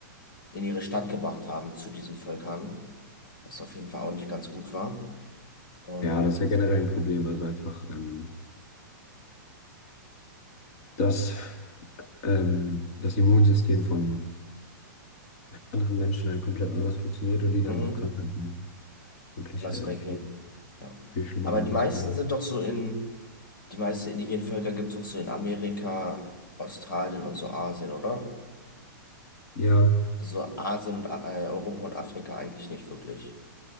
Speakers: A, on the left; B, on the left.
A: in ihre Stadt gebracht haben zu diesen Völkern, was auf jeden Fall auch nicht ganz gut war. Ähm,
B: Ja, das ist ja generell ein Problem. Also einfach, ähm, dass ähm, das Immunsystem von anderen Menschen dann komplett anders funktioniert und die dann
A: mhm,
B: auf Krankheiten wirklich
A: anders
B: äh,
A: reagieren.
B: viel,
A: Ja.
B: viel schlimmer
A: Aber
B: anders
A: die meisten
B: reagieren.
A: sind doch so in, die meisten indigenen Völker gibt es doch so in Amerika, Australien und so Asien, oder?
B: Ja,
A: So Asien und äh, Europa und Afrika eigentlich nicht wirklich.